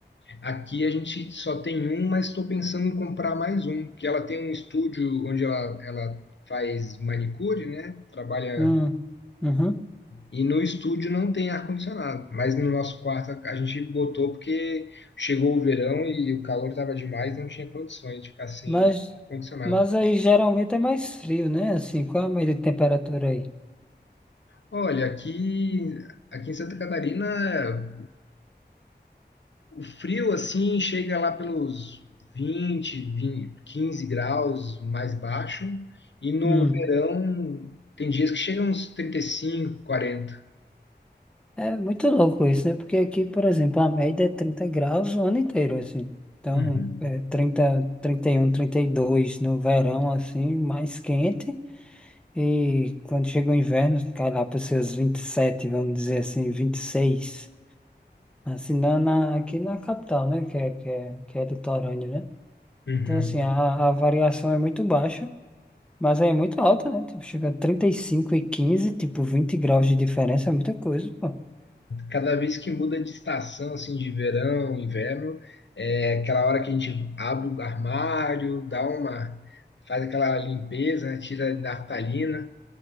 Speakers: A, on the left (about 80°); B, in the centre.
A: Aqui a gente só tem um, mas estou pensando em comprar mais um, que ela tem um estúdio onde ela, ela faz manicure, né? Trabalha.
B: Hum, uhum.
A: E no estúdio não tem ar-condicionado, mas no nosso quarto a a gente botou porque chegou o verão e o calor estava demais, não tinha condições de ficar sem
B: Mas,
A: ar-condicionado.
B: mas aí geralmente é mais frio, né? Assim, qual a média de temperatura aí?
A: Olha, aqui, aqui em Santa Catarina O frio, assim, chega lá pelos 20, 20, 15 graus mais baixo. E no
B: Hum.
A: verão, tem dias que chega uns 35, 40.
B: É muito louco isso, né? Porque aqui, por exemplo, a média é 30 graus o ano inteiro, assim. Então,
A: Uhum.
B: é 30 31, 32 no verão, assim, mais quente. E quando chega o inverno, cai lá para os seus vinte e sete vamos dizer assim, vinte e seis Assim, na, na- aqui na capital, né? Que é, que é, que é litorâneo, né?
A: Uhum.
B: Então, assim, a, a variação é muito baixa. Mas aí é muito alta, né? Tipo, chega a trinta e cinco e quinze, tipo, 20 graus de diferença é muita coisa, pô.
A: Cada vez que muda de estação, assim, de verão, inverno, é aquela hora que a gente abre o armário, dá uma, faz aquela limpeza, né, tira a naftalina,